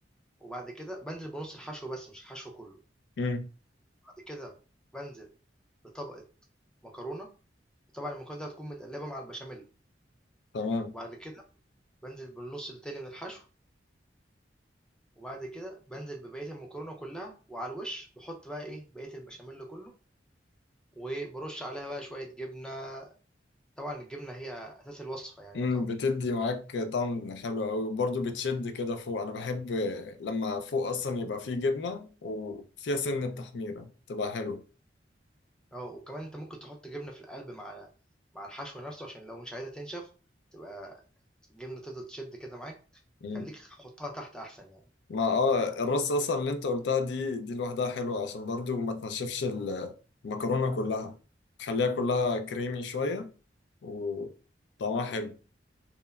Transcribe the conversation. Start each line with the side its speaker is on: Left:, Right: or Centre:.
Centre: وبعد كده بنزل بنص الحشو بس مش الحشو كله
Left: مم.
Centre: بعد كده بنزل بطبقه مكرونه طبعا المكرونه دي هتكون متقلبه مع البشاميل
Left: تمام
Centre: وبعد كده بنزل بالنص التاني من الحشو وبعد كده بنزل ببقيه المكرونه كلها وعلى الوش بحط بقى ايه بقيه البشاميل كله وبرش عليها بقى شويه جبنه طبعًا الجبنة هي أساس الوصفة يعني
Left: مم.
Centre: يعتبر،
Left: بتدي معاك طعم حلو قوي وبرضه بتشد كده فوق انا بحب لما فوق اصلا يبقى فيه جبنة وفيها سن تحميرة تبقى حلوة
Centre: آه، وكمان أنت ممكن تحط جبنة في القلب مع مع الحشو نفسه عشان لو مش عايزها تنشف تبقى الجبنة تفضل تشد كده معاك،
Left: مم.
Centre: خلّيك حُطّها تحت أحسن يعني،
Left: ما اه الرص اصلا اللي انت قلتها دي دي لوحدها حلوة عشان برضه ما تنشفش المكرونة كلها تخليها كلها كريمي شوية وطعمها حلو